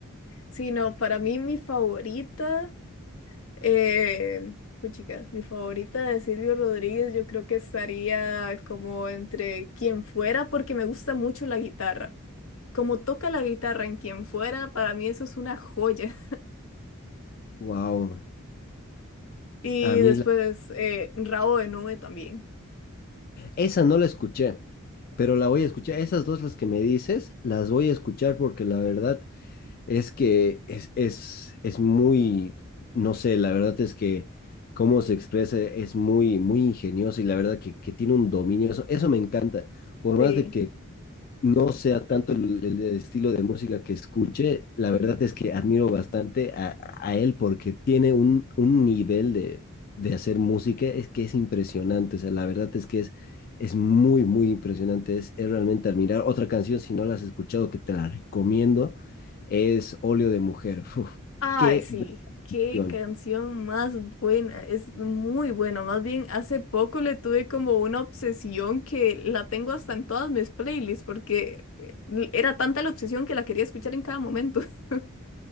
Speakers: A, on the left; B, on the left.
A: sí, no, para mí mi favorita, eh, puchica, mi favorita de Silvio Rodríguez yo creo que estaría como entre quien fuera porque me gusta mucho la guitarra. Como toca la guitarra en quien fuera, para mí eso es una joya.
B: Wow,
A: Y
B: a mí,
A: después
B: la-
A: eh, Rabo de Nube también.
B: esa no la escuché. pero la voy a escuchar. Esas dos las que me dices, las voy a escuchar porque la verdad es que es, es, es muy, no sé, la verdad es que cómo se expresa es muy, muy ingenioso y la verdad que, que tiene un dominio. Eso, eso me encanta. Por más
A: Sí.
B: de que no sea tanto el, el estilo de música que escuche, la verdad es que admiro bastante a, a él porque tiene un, un nivel de, de hacer música, es que es impresionante, o sea, la verdad es que es, es muy, muy impresionante, es, es realmente admirar. Otra canción, si no la has escuchado, que te la recomiendo, es Óleo de Mujer. Uf,
A: Ay,
B: qué
A: sí. Qué
B: canción.
A: canción más buena. Es muy buena. Más bien, hace poco le tuve como una obsesión que la tengo hasta en todas mis playlists porque eh, era tanta la obsesión que la quería escuchar en cada momento. <laughs>